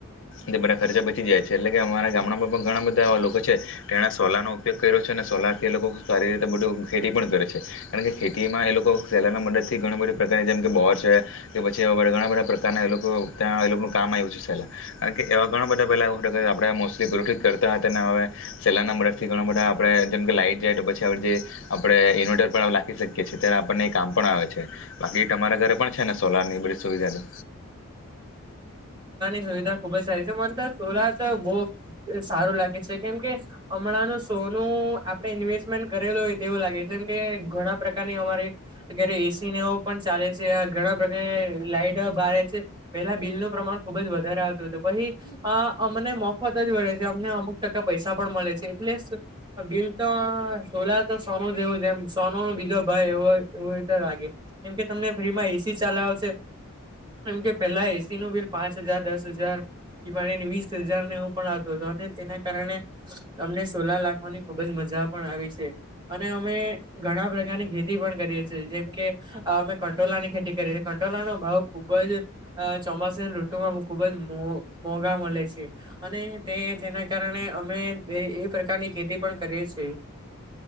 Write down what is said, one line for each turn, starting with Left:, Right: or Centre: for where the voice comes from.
Left: તે બધા ખર્ચા બચી જાય છે એટલે કે અમારા ગામડામાં પણ ઘણા બધા એવા લોકો છે તેણે સોલાાર નો ઉપયોગ કર્યો છે અને સોલાર થી એ લોકો સારી રીતે બધું ખેતી પણ કરે છે કારણ કે ખેતીમાં એ લોકો સેલરના મદદથી ઘણી બધી પ્રકારની જેમ કે બોર છે કે પછીડ ઘણા બધા પ્રકારના ત્યાં એનું કામ આવ્યું છે સહેલા કારણ કે એવા ઘણા બધા પેલા આપ મોલી પુરઠિત કરતા હતા સેલા ના બરફથી બધા આપડે જેમ કે લાઈટ જાય તો પછી આપડે ઈન્વર્ટર રાી શકીએ છીએ ત્યારે આપણને એ કામ પણ આવે છે બાકી તમારા ઘરે પણ છે ને સોલાર ની બધ સુવિધા
Right: વિધા ખુબ જ સારી છે મને તો સોલાર તો બ સારું લાગે છે કેમ કે હમણાંનું સો સ્ટમે કરેલું હોય તેવું લાગે જેમ કે ઘણા પ્રકારની અમારી અ સનેવ પણ ચાલે છે ઘણા પ્રકારે લાઈટ બારે છે પેલા બિલનુંું પ્રમાણ ખુબ જ વધારે આવતું હતું પછી અમને મફત જ મળડે છે અમને અમુક પૈસા પણ મળે છે એટલે બિલ તો સોલા તો સોનું જવું છેમ સોનું ન બજ ભાઈ એવ એવ તો લાગે કેમ કે તમને ફ્રીમાં એસી ચલાવશે એમ કે પેલા એસી નું બિલ પાંચ હજાર દસ હજાર એ મા વીસ હજારને એવું પણ આવતોું હતો અને તેના કારણે અમને સોલા લખવાની ખુબજ મજા ા પણ આવી છે અને અમે ઘણા પ્રકારની ખેતી પણ કરીએ છ છેએ જેમ કે અ કંટોલા ની ખેતી કરી છે કંટોલા નો ભાવ ખુબ જ ચોમાસાની ઋતુમાં ખુબ જ મો મોઘા મળે છે અને તે તેના કારણે અમે એ પ્રકારની ખેતી પણ કરીએ છીએ